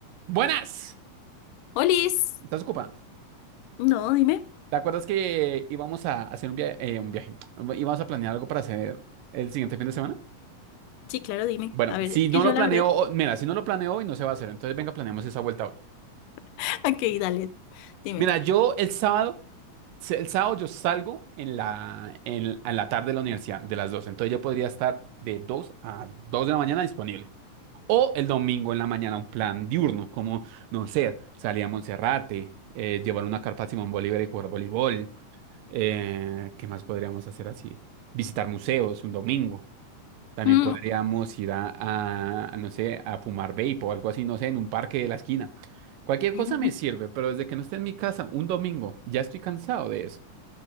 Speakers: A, on the right (about 85°); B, on the left (about 80°).
A: Buenas,
B: Olis.
A: ¿estás ocupada?
B: No, dime.
A: ¿Te acuerdas que íbamos a hacer un, via- eh, un viaje? Íbamos a planear algo para hacer el siguiente fin de semana.
B: Sí, claro, dime.
A: Bueno,
B: A ver,
A: si no
B: que yo
A: lo planeo,
B: la verdad.
A: o- mira, si no lo planeo hoy no se va a hacer, entonces venga, planeemos esa vuelta hoy.
B: <laughs> Ok, dale, dime.
A: Mira, yo el sábado, se- el sábado yo salgo en la, en, en la tarde de la universidad, de las 2. entonces yo podría estar de 2 a 2 de la mañana disponible. O el domingo en la mañana un plan diurno, como, no sé, salir a Monserrate, eh, llevar una carpa a Simón Bolívar y jugar voleibol Eh, ¿qué más podríamos hacer así? Visitar museos un domingo. También
B: Mm,
A: podríamos ir a, a, a, no sé, a fumar vape o algo así, no sé, en un parque de la esquina. Cualquier cosa
B: <laughs>
A: me sirve, pero desde que no esté en mi casa, un domingo, ya estoy cansado de eso.